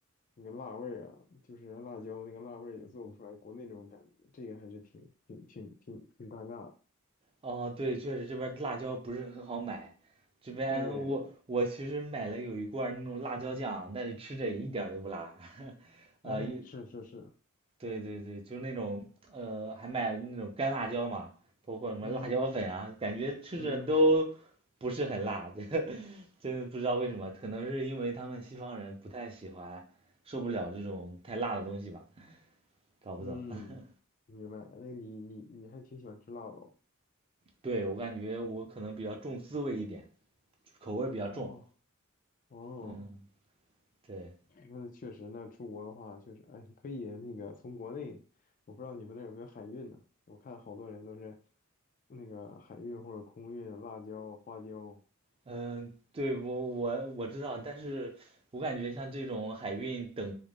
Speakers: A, on the left; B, on the right.
A: 那个辣味儿啊，就是辣椒那个辣味儿也做不出来国内那种感觉，这个还是挺挺挺挺挺尴尬
B: 哦，对，确实这边辣椒不是很好买。这边我我其实买了有一罐那种辣椒酱，
A: 的对，
B: 但是吃着也一点儿都不辣。<laughs> 呃，
A: 哎，是是是，
B: 对对对，就是那种呃，还买了那种干辣椒嘛，包括什么辣椒粉啊，
A: 嗯
B: 感觉吃着都
A: 嗯
B: 不是很辣，<laughs> 这真的不知道为什么，可能是因为他们西方人不太喜欢，受不了这种太辣的东西吧，搞不懂。
A: 嗯，
B: <laughs>
A: 明白。那你你你还挺喜欢吃辣的
B: 对，我感觉我可能比较重滋味一点，口味比较重。
A: 哦哦哦。
B: 嗯，对，
A: 那确实，那出国的话，确实，哎，可以那个从国内，我不知道你们那儿有没有海运呢？我看好多人都是那个海运或者空运辣椒、花椒，
B: 嗯，对，我我我知道，但是我感觉像这种海运等